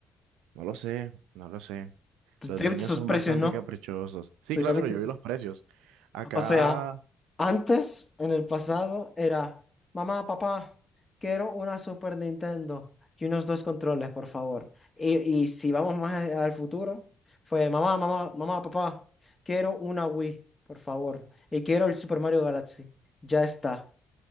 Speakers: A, on the right (about 80°); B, on the left (about 20°).
A: No lo sé, no lo sé.
B: Tú
A: Los
B: ya
A: niños
B: viste sus
A: son
B: precios,
A: bastante
B: ¿no?
A: caprichosos. Sí,
B: Tú
A: claro,
B: ya viste
A: yo
B: sus...
A: vi los precios. Acá,
B: O sea, antes, en el pasado, era, mamá, papá, quiero una Super Nintendo y unos dos controles, por favor. Y, y si vamos más a- al futuro, fue, mamá, mamá, mamá, papá, quiero una Wii, por favor. Y quiero el Super Mario Galaxy. Ya está.